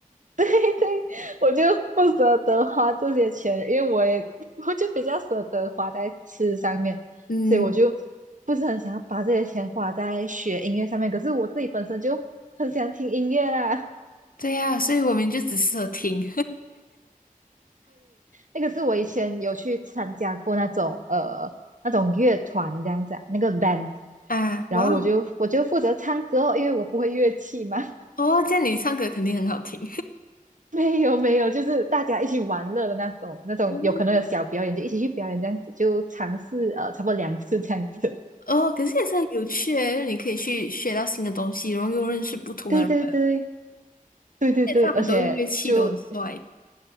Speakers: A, on the right (about 60°); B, on the left (about 80°).
A: <laughs> 对我就不舍得花这些钱，因为我也我就比较舍得花在吃上面，
B: 嗯，
A: 所以我就不是很想要把这些钱花在学音乐上面。可是我自己本身就很喜欢听音乐啦，
B: 对呀，所以我们就只适合听
A: 那个是我以前有去参加过那种呃那种乐团这样子啊那个 band，
B: <laughs> 啊，
A: 然后我就我就负责唱歌哦因为我不会乐器嘛，
B: 哇哦，哦，这样你唱歌肯定很好听。
A: 没有没有，就是大家一起玩乐的那种，那种有可能有小表演就一起去表演这样子，
B: <laughs>
A: 就尝试呃差不多两次这样子。<laughs>
B: 哦，哦，可是也是很有趣诶，就是你可以去学到新的东西，然后又认识不同的人。
A: 对对对对对对，
B: 现在他们都乐器都很帅，
A: 而且就